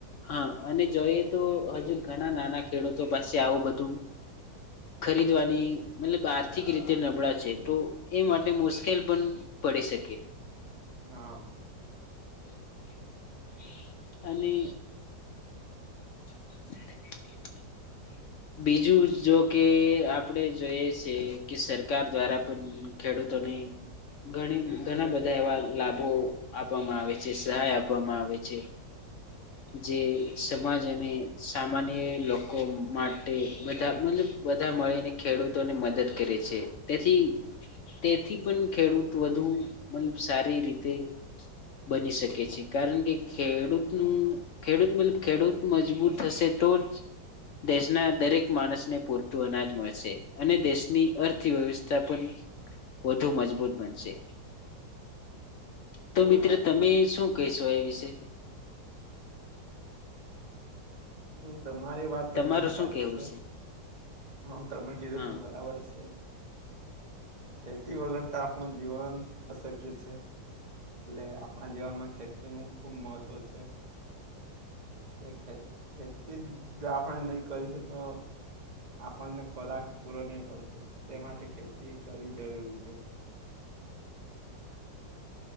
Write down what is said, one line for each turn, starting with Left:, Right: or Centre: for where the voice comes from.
Left: હા અને જોઈએ તો હજુ ઘણા નાના ખેડૂતો પાસે આવું બધું ખરીદવાની મતલબ આર્થિક રીતે નબળા છે તો એ માટે મુશ્કેલ પણ પડી શકે
Right: હા
Left: <inaudible> અને <inaudible> બીજું જો કે આપડે જોઈએ છે કે સરકાર દ્વારા પણ ખેડૂત તોડી ઘણી ઘણા બધા એવા લાભો આપવામાં આવે છે સહાય આપવામાં આવે છે જે સમાજ અને સામાન્ય લોકો માટે બધા મતલબ બધા મળીને ખેડૂતોને મદદ કરે છે તેથી તેથી પણ ખેડૂત વધુ મતલબ સારી રીતે બની શકે છે કારણ કે ખેડૂ તનુ ખેડૂત મતલબ ખેડૂત મજબૂત થશે તો જ દેશના દરેક માણસને પૂરતું અનાજ મળશે અને દેશની અર્થ થ વ્યવસ્થા પણ વધુ મજબૂત બનશે તો
Right: બરાબર
Left: મિત્ર તમે શું કહેશો એ વિશે?
Right: હમ તો મારી વાત તદન
Left: તમારું
Right: સાચી
Left: શું કેવું
Right: છે હમ તમે કીધુ
Left: હા
Right: તે બરાબર છે ખેતી વગર તો આપણું જીવન અશક્ય છે એટલે આપણા જીવનમાં ખેતી નું ખૂબ મહત્ત્વ છે એ ખે ખેતી જો આપણે નહી કરીશું તો આપણને ખોરાક પૂરો નઈ પડશે તે માટે ખેતી કરવી જરૂરી છે <inaudible>